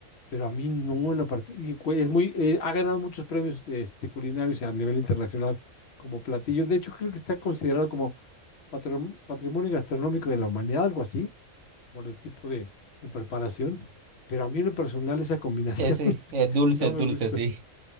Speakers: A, on the left; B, on the right.
A: Pero a mí no en la parte, y cu- es muy, eh, ha ganado muchos premios este, culinarios a nivel internacional como platillo. De hecho, creo que está considerado como patram- patrimonio gastronómico de la humanidad, algo así, por el tipo de, de preparación. Pero a mí en lo personal esa combinación
B: Ese es dulce,
A: No
B: el
A: me
B: dulce,
A: gusta.
B: sí.